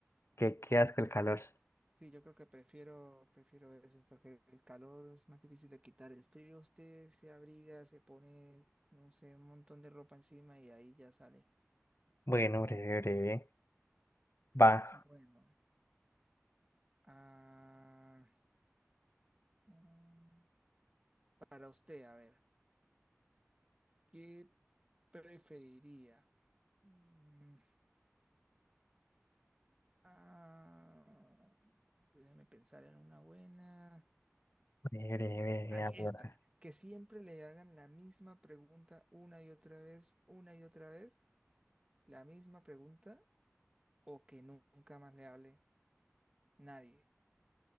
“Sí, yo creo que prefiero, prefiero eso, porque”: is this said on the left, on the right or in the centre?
Right